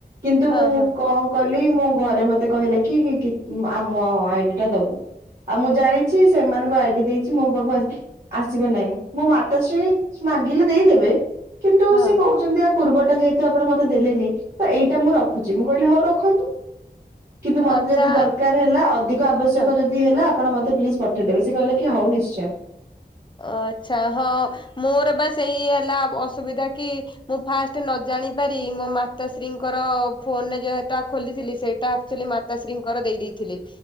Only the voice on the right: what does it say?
କିନ୍ତୁ
ମୁଁ
କଁ କଲି ମୋ ଘରେ ମତେ କହିଲେ କି କି ଆମ ଆଇଡି ଟା ଦବୁ। ଆଉ ମୁଁ ଜାଣିଛି ସେମାନଙ୍କ ଆଇଡି ଦେଇଛି ମୋ ପାଖକୁ ଆସିି ଆସିବ ନାହିଁ ମୋ ମାତା ଶ୍ରୀ ମାଗିଲେ ଦେଇଦେବେ କିନ୍ତୁ
ସେ କହୁଛନ୍ତି। ପୂର୍ବଟା ଯେହେତୁ ଆପଣ ମତେ ଦେଲେନି ତ ଏଇଟା ମୁଁ ରଖୁଛି ମୁଁ କହିଲି ହଉ ରଖନ୍ତୁ। କିନ୍ତୁ ମତେ
ଯଦି ଦରକାର ହେଲା ଅଧିକ ଆବଶ୍ୟକ
ଯଦି ହେଲା। ଆପଣ ମତେ ପ୍ଲିଜ ପଠେଇ ଦବେ ସେ କହିଲେ କି ହଉ ନିଶ୍ଚୟ।